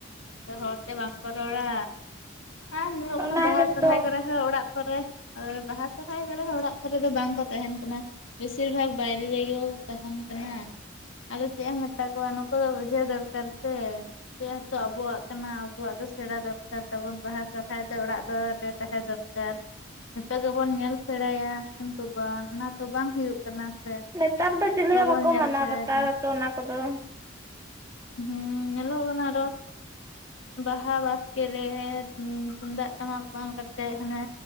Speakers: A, on the left; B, on the right.
A: ᱦᱚᱲᱛᱮ ᱵᱟᱝᱠᱚ ᱨᱚᱲᱟ᱾ ᱟᱨ ᱧᱮᱞᱚᱜ ᱠᱟᱱᱟ
B: ᱚᱱᱟ
A: ᱵᱟᱦᱟ
B: ᱜᱮᱛᱚ
A: ᱥᱚᱨᱚᱦᱦᱟᱭ ᱠᱚᱨᱮ ᱦᱚᱸ ᱚᱲᱟᱜ ᱠᱚᱨᱮ ᱵᱟᱦᱟ ᱥᱚᱨᱦᱟᱭ ᱵᱨᱮ ᱚᱲᱟᱜ ᱠᱚᱨᱮ ᱫᱚ ᱵᱟᱝᱠᱚ ᱛᱟᱦᱮᱱ ᱠᱟᱱᱟ ᱵᱮᱥᱤᱨ ᱵᱷᱟᱜᱽ ᱵᱟᱭᱨᱮ ᱨᱮᱜᱮ ᱛᱟᱦᱮᱱ ᱠᱟᱱᱟ᱾ ᱟᱫᱚ ᱪᱮᱫ ᱮᱢ ᱢᱮᱛᱟ ᱠᱚᱣᱟ ᱱᱩᱠᱩ ᱫᱚ ᱵᱩᱡᱷᱟᱹᱣ ᱫᱚᱨᱠᱟᱨ ᱥᱮ ᱡᱮᱦᱮᱛᱩ ᱟᱵᱚᱣᱟᱜ ᱠᱟᱱᱟ᱾ ᱟᱵᱚᱣᱟᱜ ᱫᱚ ᱥᱮᱬᱟ ᱫᱚᱨᱠᱟᱨ ᱛᱟᱵᱚᱱ ᱵᱟᱦᱟ ᱥᱚᱨᱦᱟᱭ ᱫᱚ ᱚᱲᱟᱜ ᱫᱣᱟᱹᱨ ᱨᱮ ᱛᱟᱦᱮᱸ ᱫᱚᱨᱠᱟᱨ᱾ ᱱᱤᱛᱚᱜ ᱜᱮ ᱵᱚᱱ ᱧᱮᱞ ᱥᱮᱬᱟᱭᱟ ᱠᱤᱱᱛᱩ ᱵᱟᱝ ᱚᱱᱟ ᱛᱚ ᱵᱟᱝ ᱦᱩᱭᱩᱜ ᱠᱟᱱᱟ᱾ ᱥᱮ
B: ᱱᱮᱛᱟᱨ ᱫᱚ ᱪᱤᱞᱤ
A: ᱵᱟᱵᱚᱱ
B: ᱦᱚᱸ ᱵᱟᱠᱚ
A: ᱧᱮᱞ
B: ᱢᱟᱱᱟᱣ
A: ᱥᱮᱬᱟᱭᱮᱫᱟ
B: ᱵᱟᱛᱟᱣᱟᱛᱚ ᱚᱱᱟ ᱠᱚᱫᱚ
A: ᱦᱩᱸ ᱟᱨᱚ ᱵᱟᱦᱟ ᱵᱟᱥᱠᱮ ᱨᱮ ᱛᱩᱢᱫᱟᱜ ᱴᱟᱢᱟᱠ ᱵᱟᱝ ᱠᱟᱛᱮᱜ ᱦᱟᱱᱮ